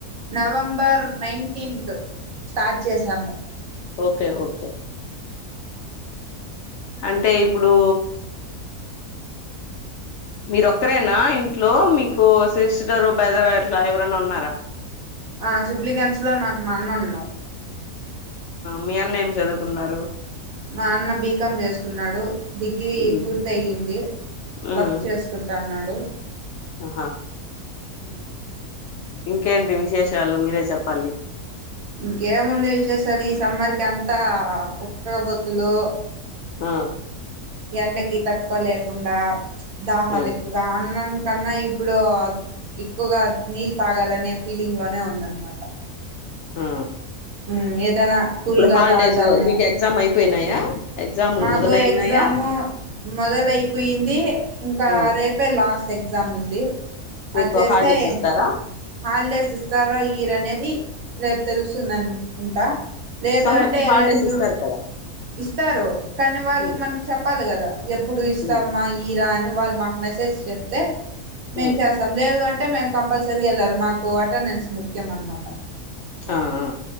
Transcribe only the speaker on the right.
నవంబర్ నైన్టీన్త్ స్టార్ట్ చేసాము
ఆ సిుబ్లిగంస్లో నాకు మ అన్న ఉన్నారు
మా అన్న బీకాం చేసుకున్నాడు డిగ్రీ
పూర్తి అయ్యింది
వర్క్ చేసుకుంటాన్నాడు
హ్మ్
ఇంకేముండ విశేషాలు ఈ సమ్మర్కి అంతా ఉక్క బొత్తులు
ఎండకి తట్టుకోలేకుండా దాహాలు
ఎక్కువగా అన్నం కన్నా ఇప్పుడు ఎక్కువగా నీళ్ళు తాగాలనే ఫీలింగ్ లోనే ఉందనమాట
ఉమ్ ఏదైనా కూల్గా
తాగుదాము
మాకు
ఎగ్జాము మొదలయిపోయింది ఇంకా
రేపే లాస్ట్ ఎగ్జా ఎగ్జామ్ ఉంది
అచ్చేస్తే
ఇంకా
హాలిడేస్ ఇస్తారా ఈరు అనేది రేపు తెలుస్తుంది అంటా లేదు
అంటే
ఎల్లండు
ఇస్తారు కానీ వాళ్ళు
మనకు చెప్పాలి కదా ఎప్పుడు ఇస్తామా
ఈరా వాళ్ళు మాకు మెసేజ్ చెప్తే
మేము చేస్తాం లేదు అంటే అంటే మేము కంపల్సరీ వెళ్ళాలి మాకు అటెండెన్స్ ముఖ్యం అనమాట